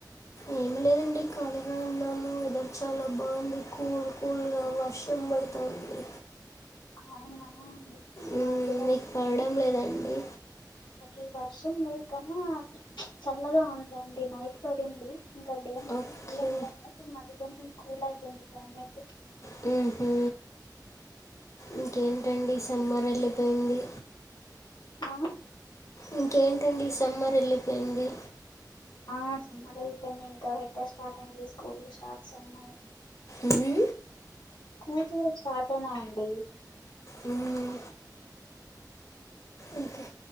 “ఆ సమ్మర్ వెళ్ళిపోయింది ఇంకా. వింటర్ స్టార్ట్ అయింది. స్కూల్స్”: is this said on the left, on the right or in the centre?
Left